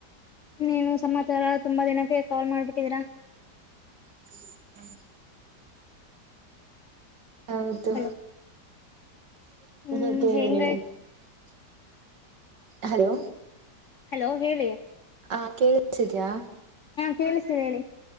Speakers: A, on the left; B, on the right.
A: ಏನು ಸಮಾಚಾರ ತುಂಬಾ ದಿನಕ್ಕೆ ಕಾಲ್ ಮಾಡ್ಬಿಟ್ಟಿದೀರಾ
B: <inaudible> ಹೌದು
A: ಹಲೋ
B: <unintelligible>
A: ಹ್ಮ್ ಹೆಂಗ
B: ಹಲೋ
A: ಹಲೋ ಹೇಳಿ
B: ಹ ಕೇಳಸಿದಯ
A: ಕೇಳಿಸ್ತೇನೆ ಹೇಳಿ